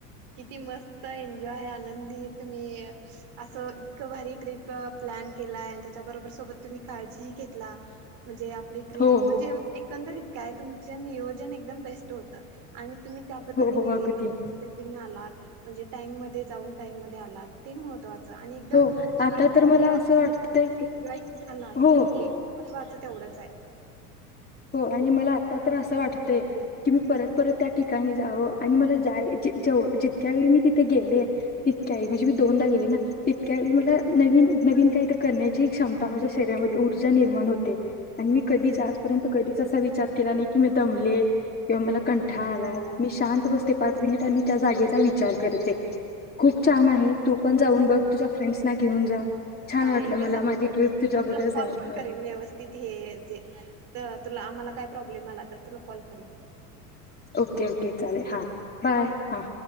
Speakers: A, on the right; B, on the left.
A: किती मस्त एन्जॉय आनंदी तुम्ही असं इतकं भारी ट्रिप प्लॅन केलाय आणि त्याच्याबरोबर सोबत तुम्ही काळजी घेतला म्हणजे आपली ट्रिप
B: हो
A: म्हणजे एकंदरीत काय तुम च नियोजन एकदम बेस्ट होत आणि तुम्ही त्या पद <unintelligible>
B: हो हो अगदी
A: म्हणजे टाईम मध्ये जाऊन टाईम मध्ये आलात ते महत्त्वाचं च आणि एकदम
B: हो आता
A: सुरक्षित
B: तर मला
A: प्रवास
B: असं
A: झाला
B: वाटतंय की
A: एन्जॉय झाला
B: हो
A: हे ही महत्वाचं तेवढंच आहे.
B: हो आणि मला आता
A: हा
B: तर असं वाटतंय की मी परत परत त्या ठिकाणी जावं आणि मला जा ज तितक्या वेळी मी तिथे गेले, तितक्या वळी म्हणजे मी दोनदा गेले, ना तितक्या वेळी मला नवीन नवीन काही तर करण्याची क्षमता माझ्या शरीरामध्ये ऊर्जा निर्माण हो होते आणि
A: हो
B: मी कधीच आज नंतर कधी असा विचार केला नाही. मी दमले. किंवा मला
A: हो
B: कंठाळ आलाय मी शांत बसते पाच मिनिटनी आणि त्या जागेचा विचार खूप छान आहे. तू पण जाऊन बघ तुझ्या
A: हो
B: फ्रेंड घेऊन जा छान
A: चालेल
B: वाटलं
A: मी
B: मला
A: सांगेन
B: माझी टप तुझ्याबद्दल
A: तुला कॉल
B: सांगित
A: पण करेन व्यवस्थित हे जे तर तुला आम्हाला काय प्रॉब्लेम आला तर तुला कॉल करे
B: ओके ओके चालेल हा बाय हा